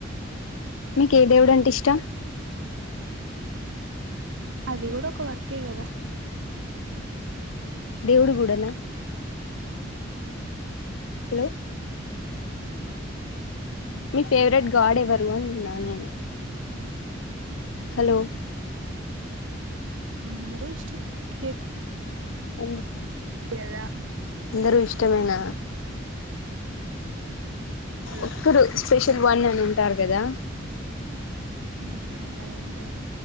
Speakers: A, on the left; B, on the right.
A: మీకు ఏ దేవుడు అంటే ఇష్టం
B: అది కూడా ఒక వర్కే కదా
A: దేవుడు కూడా నా హలో మీ ఫేవరెట్ గాడ్ ఎవరు అంటున్నా నేను హలో
B: అందరు ఇష్టమే
A: <inaudible>
B: కదా
A: అందరూ ఇష్టమేన
B: హలో
A: ఒక్కరు స్పెషల్ వన్ అని ఉంటారు కదా
B: ఉ అలా ఏమిలేదు